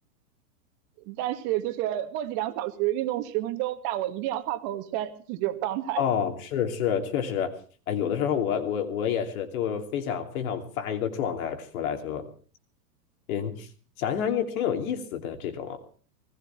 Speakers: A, on the right (about 40°); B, on the left (about 55°).
A: 但是就是墨迹两小时，运动十分钟，但我一定要发朋友圈，就是这种状态。
B: 哦，是是，确实，哎，有的时候我我我也是，就非想非想发一个状态出来就，嗯，想想也挺有意思的这种。